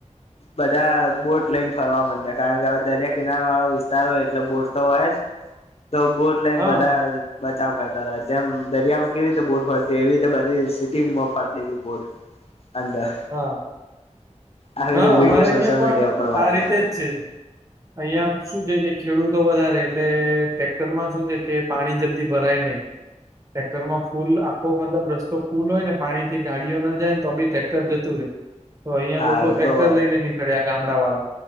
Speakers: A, on the left (about 55°); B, on the right (about 25°).
A: બધા બોટ લઇને ફરવા માંડ્યા, કારણ કે, હવે દરિયા કિનારે વાળો વિસ્ એટલે બોટ તો હોય જ, તો બોટ લઈને
B: હા
A: બધા. બચાવ કરતા, જેમ દરિયામાં કેવી રીતે બોટ ફરતી, એવી રીતે બધી સિટીમાં ફરતી બોટ. અંદર.
B: હા.
A: આવી
B: હા,
A: રીતે વિડીયો
B: અમારે અહિયાં
A: સોશિયલ
B: પણ
A: મીડિયા ઉપર વાયરલ
B: આ રીતે
A: કર્યો
B: જ
A: હતો
B: છે. અહિયાં શું છે કે ખેડૂતો વધારે, એટલે ટેક્ટરમાં શું છે કે પાણી જલ્દી ભરાય ને. ટ્રેક્ટર માં ફૂલ આખો, મતલબ રસ્તો ફૂલ હોય ને પાણી થી ગાડીઓ ન જાય ને, તો બી ટ્રેક્ટર જતું રહે. તો અહિયાં
A: હા
B: લોકો
A: એ
B: ટ્રેક્ટર
A: તો
B: લઈને નીકળ્યા, ગામડા વાળા.